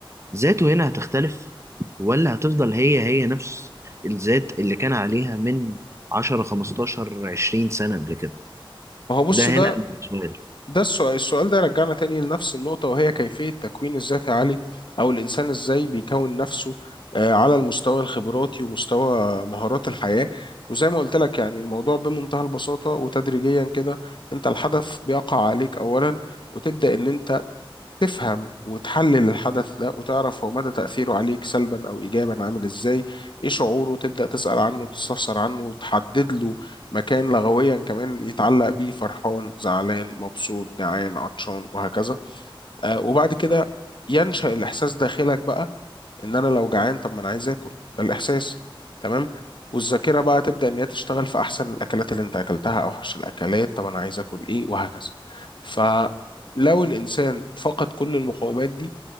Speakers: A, on the right; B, on the left.
A: ذاته هنا هتختلف ولا هتفضل هي هي نفس الذات اللي كان عليها من 10 15 20 سنة قبل كده
B: ما هو بص
A: ده هنا
B: ده
A: السؤال
B: ده السؤال السؤال ده يرجعنا تاني لنفس النقطة وهي كيفية تكوين الذات يا علي أو الإنسان إزاي بيكون نفسه آه، على المستوى الخبراتي ومستوى مهارات الحياة وزي ما قلت لك يعني الموضوع بمنتهى البساطة وتدريجيا كده أنت الحدث بيقع عليك أولا وتبدأ إن أنت تفهم وتحلل الحدث ده وتعرف هو مدى تأثيره عليك سلبا أو إيجابا عامل إزاي إيه شعوره تبدأ تسأل عنه وتستفسر عنه وتحدد له مكان لغويا كمان يتعلق بيه فرحان زعلان مبسوط جعان عطشان وهكذا آه وبعد كده ينشأ الإحساس داخلك بقى ان انا لو جعان طب ما انا عايز اكل ده الاحساس تمام والذاكره بقى تبدا ان هي تشتغل في احسن الاكلات اللي انت اكلتها اوحش الاكلات طب انا عايز اكل ايه وهكذا فلو الانسان فقد كل المقومات دي